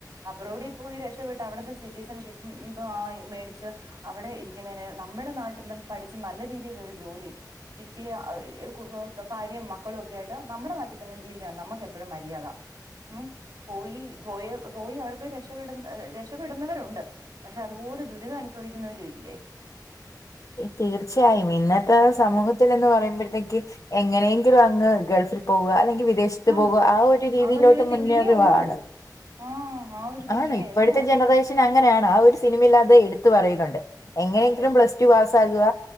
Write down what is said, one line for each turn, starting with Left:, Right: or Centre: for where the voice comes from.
Right: അബ്രോഡിൽ പോയി രക്ഷപ്പെട്ട് അവിടുത്തെ സിറ്റിഷൻഷിപ്പും എന്തോ ആയി മേടിച്ച് അവിടെ ഇരിക്കുന്നതിന് നമ്മുടെ നാട്ടിലും പഠിച്ച് നല്ല രീതിൽ ഒരു ജോലി കിട്ടിയ അത് ഈ കുക്ക്ക്‌ ഭാര്യയും മക്കളും ഒക്കെ ആയിട്ട് നമ്മുടെ നാട്ടിൽ തന്നെ ജീവിക്കുന്നതാ നമുക്കെപ്പോഴും മര്യാദ ഉം പോയി പോയി പോയി അവിടെ പോയി രക്ഷപെടുന്ന രക്ഷപെടുന്നവരുണ്ട് പക്ഷെ അതുപോലെ ദുരി ദുരിതം അനുഭവിക്കുന്നവരും ഇല്ലേ
Left: തീർച്ചയായും ഇന്നത്തെ സമൂഹത്തിന്ന് പറ യ്മ്പഴത്തേക്ക് എങ്ങനെങ്കിലും അങ്ങ് ഗൾഫിൽ പോകുക അല്ലെങ്കി വിദേശത്ത്
Right: ആഹ്
Left: പോവുക ആ ഒരു രീതിയിലോട്ട്
Right: അങ്ങനെ ഒരു തിങ്കിങ്ങേ
Left: മുന്നേറിവാണ്
Right: ഉള്ളൂ ആഹ് ആ ഒരു തിങ്കിങ്ങേ
Left: ആണ് ഇപ്പോഴത്തെ
Right: എല്ലാർക്കും
Left: ജനറേഷൻ അങ്ങ നെയാണ് ആ ഒരു സിനിമയിൽ അത് എടുത്തു പറയുന്നുണ്ട് എങ്ങനെയെങ്കിലും
Right: അതെ
Left: പ്ലസ്ടു പാസ്സാകുക